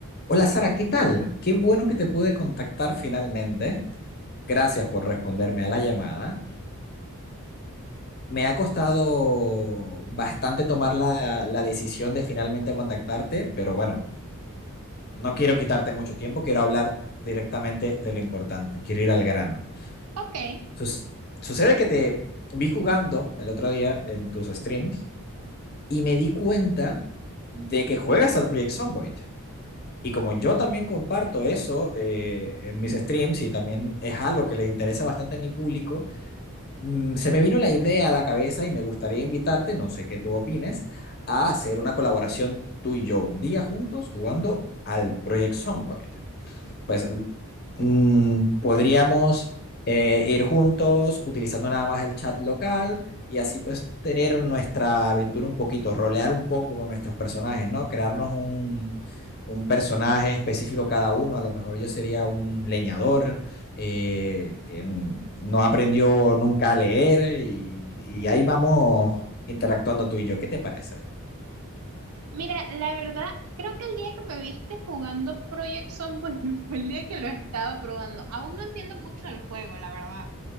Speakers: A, on the left; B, on the right.
A: Hola Sara, ¿qué tal? Qué bueno que te pude contactar finalmente. Gracias por responderme a la llamada. Me ha costado bastante tomar la, la decisión de finalmente contactarte, pero bueno, no quiero quitarte mucho tiempo, quiero hablar directamente de lo importante, quiero ir al grano.
B: Ok,
A: Sus- sucede que te vi jugando el otro día en tus streams y me di cuenta de que juegas al Project Zomboid. Y como yo también comparto eso eh, en mis streams y también es algo que le interesa bastante a mi público, mm, se me vino la idea a la cabeza y me gustaría invitarte, no sé qué tú opines, a hacer una colaboración tú y yo un día juntos jugando al Project Zomboid. Pues mm, podríamos eh, ir juntos utilizando nada más el chat local y así pues tener nuestra aventura un poquito, rolear un poco con nuestros personajes, ¿no? Crearnos un, un personaje específico cada uno. A lo mejor yo sería un leñador eh, que n- no aprendió nunca a leer y, y ahí vamos interactuando tú y yo. ¿Qué te parece?
B: mira, la verdad, creo que el día que me viste jugando Project Zomboid <laughs> fue el día que lo estaba probando. Aún no entiendo mucho del juego, la verdad.